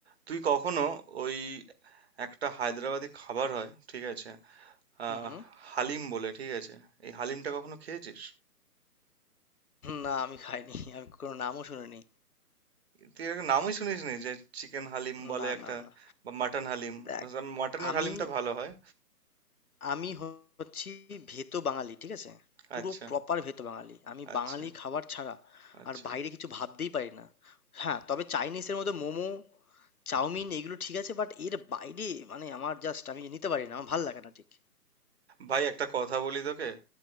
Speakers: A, on the right; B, on the left.
A: তুই কখনো ওই একটা হায়দ্রাবাদি খাবার হয় ঠিক আছে আহ
B: হুম, হুম।
A: হালিম বলে ঠিক আছে এই হালিমটা কখনো খেয়েছিস
B: না আমি খাইনি। আমি কোনো নামও শুনিনি।
A: তুই এর নামই শুনিস নি যে চিকেন হালিম বলে
B: না,
A: একটা
B: না, না।
A: বা মাটন হালিম
B: দেখ
A: মানে মাটনের
B: আমি
A: হালিমটা ভালো হয়
B: আমি হচ্ছি ভেতো বাঙালি, ঠিক আছে? পুরো
A: আচ্ছা
B: প্রপার ভেতো বাঙালি। আমি
A: আচ্ছা
B: বাঙালি খাবার ছাড়া
A: আচ্ছা
B: আর বাইরে কিছু ভাবতেই পারি না। হ্যাঁ, তবে চাইনিজের মধ্যে মোমো, চাউমিন এগুলো ঠিক আছে বাট এর বাইরে মানে আমার জাস্ট আমি নিতে পারি না। আমার ভাল লাগে না ঠিক।
A: ভাই একটা কথা বলি তোকে